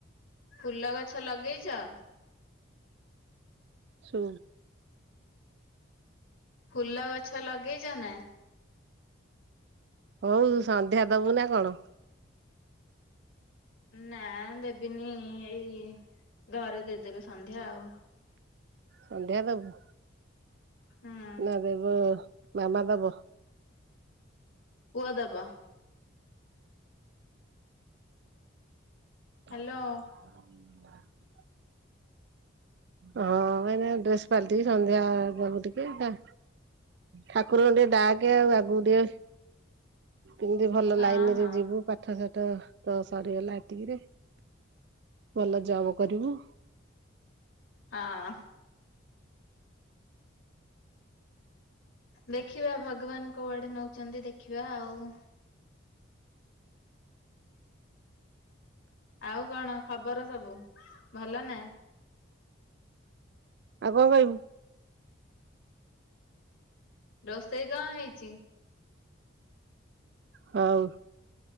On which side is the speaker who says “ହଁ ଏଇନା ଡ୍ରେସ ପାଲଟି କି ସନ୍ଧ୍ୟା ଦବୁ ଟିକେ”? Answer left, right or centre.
Right